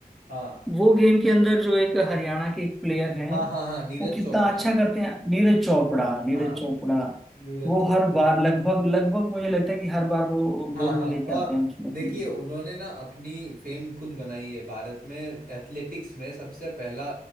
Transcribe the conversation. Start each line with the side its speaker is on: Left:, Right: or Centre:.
Right: हाँ
Centre: वो गेम के अंदर जो एक हरियाणा के एक प्लेयर हैं
Right: हाँ हाँ हाँ नीरज
Centre: वो कितना
Right: चोपड़ा
Centre: अच्छा
Right: ना
Centre: करते हैं नीरज चोपड़ा नीरज
Right: हाँ
Centre: चोपड़ा
Right: नीरज
Centre: वो
Right: चोपड़ा
Centre: हर बार लगभग लगभग मुझे लगता है कि हर बार वो
Right: हाँ
Centre: गोल्ड
Right: हाँ
Centre: लेके
Right: और
Centre: आते हैं उसमें
Right: देखिए
Centre: अपने लिए
Right: उन्होंने ना अपनी फेम खुद बनाई है भारत में एथलेटिक्स में सबसे पहला